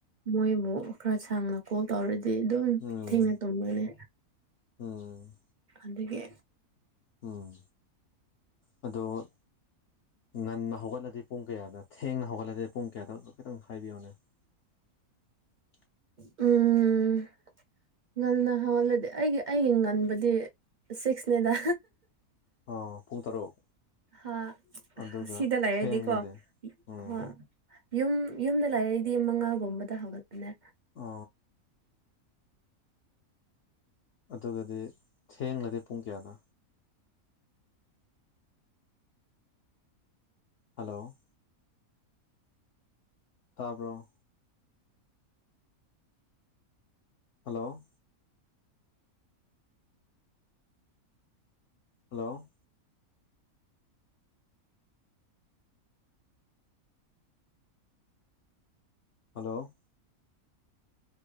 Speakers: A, on the right; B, on the left.
A: ꯃꯣꯏꯕꯨ ꯈꯔ ꯁꯥꯡꯅ ꯀꯣꯜ ꯇꯧꯔꯗꯤ ꯑꯗꯨꯝ
B: ꯎꯝ
A: ꯊꯦꯡꯅ ꯇꯨꯝꯒꯅꯤ
B: ꯎꯝ
A: ꯑꯗꯨꯗꯒꯤ
B: ꯎꯝ ꯑꯗꯣ ꯉꯟꯅ ꯍꯧꯒꯠꯂꯗꯤ ꯄꯨꯡ ꯀꯌꯥꯗ ꯊꯦꯡꯅ ꯍꯧꯒꯠꯂꯗꯤ ꯄꯨꯡ ꯀꯌꯥꯗꯣ ꯈꯤꯇꯪ ꯍꯥꯏꯕꯤꯌꯨꯅꯦ <inaudible>
A: ꯎꯝ ꯉꯟꯅ ꯍꯧꯍꯜꯂꯗꯤ ꯑꯩꯒꯤ ꯑꯩꯒꯤ ꯉꯟꯕꯗꯤ ꯁꯤꯛꯁꯅꯦꯗ
B: ꯑ ꯄꯨꯡ ꯇꯔꯨꯛ
A: ꯍꯥ
B: ꯑꯗꯨꯒ
A: ꯁꯤꯗ ꯂꯩꯔꯗꯤꯀꯣ
B: ꯊꯦꯡꯕꯗꯤ ꯎꯝ
A: ꯍꯣꯏ ꯌꯨꯝ ꯌꯨꯝꯗ ꯂꯥꯛꯏꯗꯤ ꯃꯉꯥꯒꯨꯝꯕꯗ ꯍꯧꯒꯠꯄꯅꯦ
B: ꯑ ꯑꯗꯨꯒꯗꯤ ꯊꯦꯡꯂꯗꯤ ꯄꯨꯡ ꯀꯌꯥꯅꯣ ꯍꯜꯂꯣ ꯇꯥꯕꯔꯣ꯫ Hello hello hello